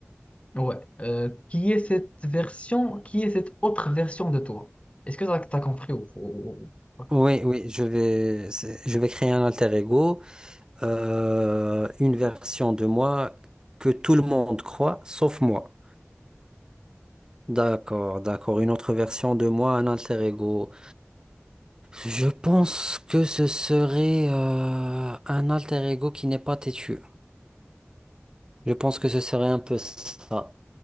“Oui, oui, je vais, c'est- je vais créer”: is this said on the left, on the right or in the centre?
Right